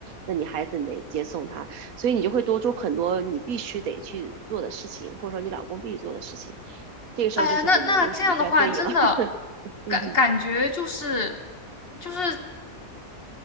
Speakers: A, on the right; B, on the left.
A: 那你孩子你得接送他，所以你就会多出很多你必须得去做的事情，或者说你老公必须做的事情。这个时候就是你们为什么叫队友？
B: 哎呀，那那这样的话，真的
A: <laughs>
B: 感感觉就是
A: 嗯哼
B: 就是